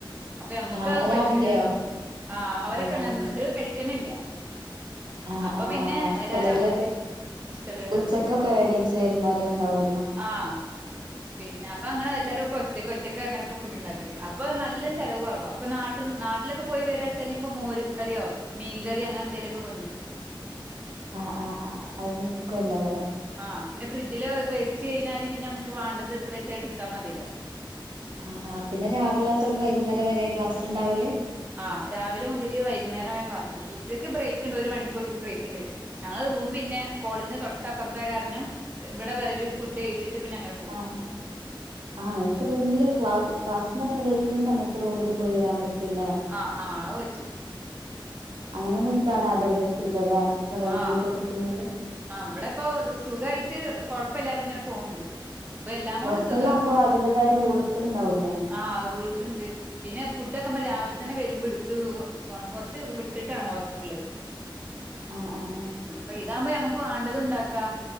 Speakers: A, on the right; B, on the right.
A: പ്പഹ് ഞമ്മക്കഹ്
B: ആഹ് രാവിലെയോ
A: പറ്റൂല ആഹ് അവരൊക്കങ്ങനെ
B: ആഹ്
A: തിന്നും ചെലൊര് കഴികന്നല്ല
B: ആഹ്
A: അപ്പൊ
B: ആഹ്
A: പിന്നെ
B: ആഹ്
A: എല്ലാരും
B: ചെലര്
A: അവര്ക്ക് ഇഷ് ഇഷ്ടള്ളഹ് ണ്ടാക്കും
B: ഉച്ചക്കൊക്കെ എണീച്ച് വരുന്നോല് ഉണ്ടാവുമല്ലോ
A: ആഹ് പിന്നെ പ്പൊ ങ്ങനെ എല്ലാരും പ്പൊ ഒറ്റൊക് ഒറ്റക്ക് അങ്ങനെപം ഫുഡ്ണ്ടാക്കല് അപ്പൊ ന്നല്ലൊം ചെ ലവ്കൊറ് വ പ്പൊ നാട്ട്ന് നാട്ട്ലൊക്കെ പോയി വെരാച്ചാല് ഇപ്പ മോര് കറ്യോ മീകറിയോ അങ്ങനെ ന്തെലൊക്കെ കൊണ്ട്രും
B: അഹ്ആഹ് ആഹ് അത് നിക്കൊല്ലൊ കൊറെ
A: ആഹ് പിന്നെ ഫ്രിജില് വേചെയ്ഞ്ഞാല് പിന്നെ നമക്ക് വാണ്ടത് ത്രെച്ചാ എട്ത്താ മതില്ലോ
B: ആഹ് ആഹ് പിന്നെ രാവിലെ തൊട്ട് വൈകുന്നേരം വരെ ക്ലാസ് ണ്ടാവല്
A: ആഹ് രാവി ലെ മുതല് വൈകുന്നേരം വരെ ക്ലാസ്ണ്ട് ഉച്ചയ്ക്ക് ബ്രേക്ക്ണ്ട് ഒര് മണിക്കൂർ ബ്രേക്ക്ണ്ട് ഞങ്ങള് റൂം പിന്നെ കോളജിന്റെ തൊട്ടപ്പർത്തായ കാരന്നം ഇവ്ടെ വെരും ഫുഡ് കയിച്ട്ട് പിന്നെ അങ്ങനെ പൊ
B: ആഹ് ആഹ് ങ്ങക്ക് റൂമില് ക്ലാസ് ക്ലാസ് ന്നന്നെ ബ്രേക്കിന്സമേത്ത് റൂമ് ല് പോയിരാം പറ്റൂല്ലേ
A: ആഹ് ആഹ് അയ്പറ്റു
B: അങ്ങനെ ന്ക്കാണതെല്ലെ സുഖല്ലേ റെന്റ്
A: ആഹ്
B: കൊടുക്കുന്നെരം
A: ആഹ് ബെടെ പ്പൊ സുഖായിറ്റ് കൊഴപ്പല്ലതങ്ങനെ പോണ്ട് പ്പ എല്ലാകൊണ്ട്
B: ഹോസ്റ്റലിലാകുമ്പോ
A: സുഖ
B: അതിന്റേതായ റൂൾസ് ഉണ്ടാവൂലേ
A: ആ ഹ് റൂൾസ്‌ സ്‌ണ്ട് പിന്നെ ഫുഡോക്കെമ്മ രാവ് ലെ തന്നെ വര്മ്പോ ഇട്ത്ത് ഓ കൊറ് കൊറ്ച്ച് വിട്ട്ട്ടാണ് ഹോസ്‌ഡ്രില്
B: ആഹ് ആഹ് ആഹ്
A: അപ്പൊ ഇതാവുമ്പോ ഞമ്മ്ക്ക്‌ വാണ്ടത് ഇണ്ടാക്കാ